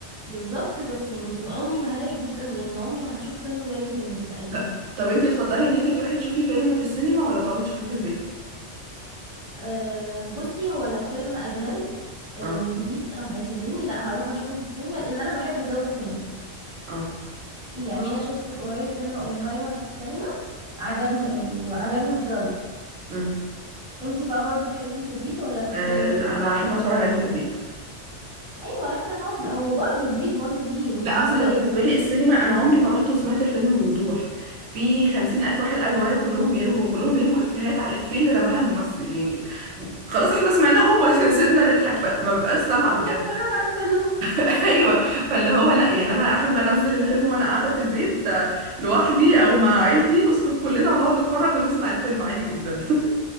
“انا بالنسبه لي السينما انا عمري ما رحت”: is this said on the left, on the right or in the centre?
Right